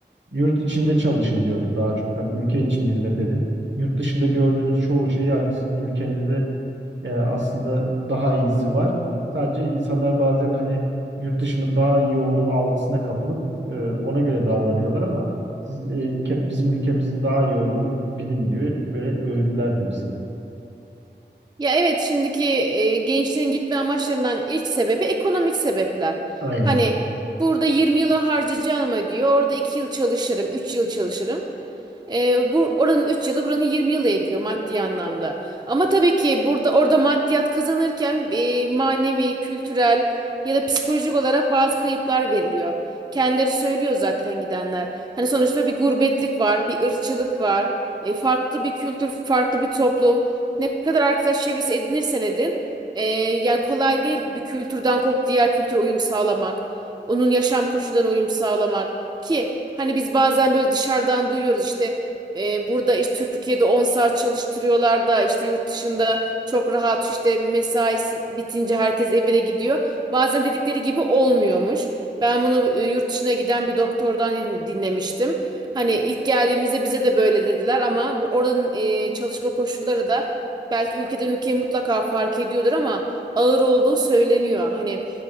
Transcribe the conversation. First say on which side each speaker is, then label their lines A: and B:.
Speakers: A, on the right; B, on the right.
A: yurt içinde çalışın diyordu daha çok. Hani ülke için hizmet edin. Yurt dışında gördüğünüz çoğu şey yani sizin ülkenizde e, aslında daha iyisi var. Sadece insanlar bazen hani yurt dışının daha iyi olduğu algısına kapılıp e, ona göre davranıyorlar ama siz e, ke- bizim ülkemizin daha iyi olduğunu bilin diyor. Böyle öğütlerdi bize.
B: Ya evet şimdiki e, gençlerin gitme amaçlarından ilk sebebi ekonomik sebepler.
A: Aynen.
B: Hani burada 20 yılı harcayacağım diyor. Orada 2 yıl çalışırım, 3 yıl çalışırım. E, bu oranın 3 yılı buranın 20 yılı ediyor maddi anlamda. Ama tabii ki burada orada maddiyat kazanırken e, manevi, kültürel ya da psikolojik olarak bazı kayıplar veriliyor. Kendileri söylüyor zaten gidenler. Hani sonuçta bir gurbetlik var, bir ırkçılık var, e, farklı bir kültür, farklı bir toplum. Ne kadar arkadaş çevresi edinirsen edin, e, yani kolay değil bir kültürden kopup diğer kültüre uyum sağlamak. Onun yaşam koşullarına uyum sağlamak ki hani biz bazen böyle dışarıdan duyuyoruz işte e, burada işte Türkiye'de 10 saat çalıştırıyorlar da işte yurt dışında çok rahat işte mesaisi bitince herkes evine gidiyor. Bazen dedikleri gibi olmuyormuş. Ben bunu e, yurt dışına giden bir doktordan din- dinlemiştim. Hani ilk geldiğimizde bize de böyle dediler ama bu oranın e, çalışma koşulları da belki ülkeden ülkeye mutlaka fark ediyordur ama ağır olduğu söyleniyor. Hani